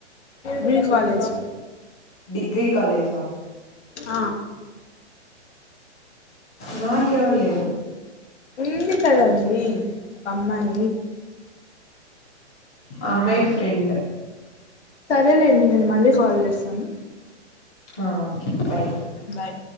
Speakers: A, on the left; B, in the centre.
A: మీ కాలేజ్
B: డిగ్రీ కాలేజా
A: ఆ
B: నాకెవరు లేరు
A: ఉందీ కదండీ ఒక అమ్మాయి
B: అమ్మాయి ఫ్రెండ్
A: సరేలేండి నేను మళ్ళీ కాల్ చేస్తాను
B: హ ఓకె బాయ్
A: బాయ్